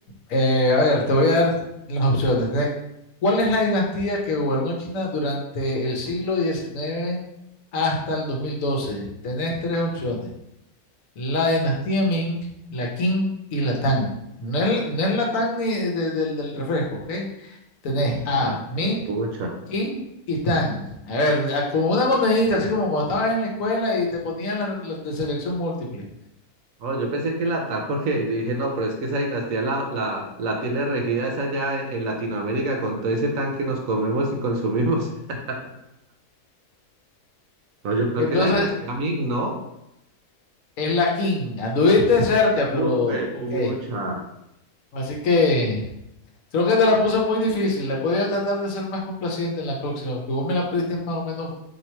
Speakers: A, on the left; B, on the right.
A: eh, a ver, te voy a dar las opciones. Tiene- ¿Cuál es la dinastía que gobernó China durante el siglo XIX hasta el 2012? Tenés tres opciones. La dinastía Ming, la Qing y la Tang. No es, no es la Tang ni de- de- del, del refresco, ¿ok? Tenés a
B: Ah,
A: Ming,
B: pues, pucha.
A: Qing y Tang. A ver, a- como una monedita, así como cuando estabas en la escuela y te ponían las las de selección múltiple.
B: Oh, yo pensé que la TAP, porque yo dije, no, pero es que esa dinastía la, la, la tiene regida esa allá en en Latinoamérica con todo ese tan que nos comemos y consumimos. <laughs> No, yo creo
A: Entonces,
B: que la dinastía Ming, ¿no?
A: es la King. Anduviste cerca, pero
B: Uy,
A: ok.
B: pucha.
A: Así que creo que te la puse muy difícil. La Voy a tratar de ser más complaciente en la próxima, porque vos me la pusiste más o menos